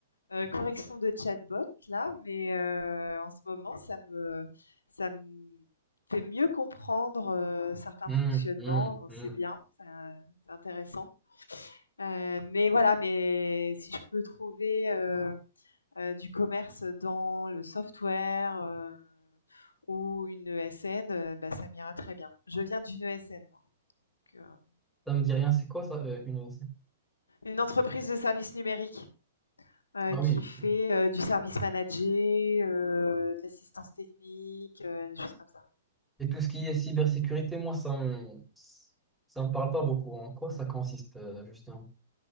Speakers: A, on the left; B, in the centre.
A: heu, correction de chatbot là, mais heu, en ce moment, ça me ça me fait mieux comprendre, heu, certains
B: Hmm,
A: fonctionnements,
B: hmm,
A: donc
B: hmm.
A: c'est bien, ça c'est intéressant. Heu, mais voilà, mais si je peux trouver, heu, euh, du commerce dans le software euh, ou une ESN, euh, bah, ça m'ira très bien. Je viens d'une ESN, moi, donc, euh,
B: Ça me dit rien, c'est quoi ça, euh, une ONC?
A: une entreprise de services numériques euh,
B: Ah
A: qui
B: oui.
A: fait
B: hmm.
A: euh, du service manager, euh, de l'assistance technique, euh, des choses comme ça.
B: Et tout ce qui est cybersécurité, moi, ça me... ça me parle pas beaucoup. En quoi ça consiste, euh, justement?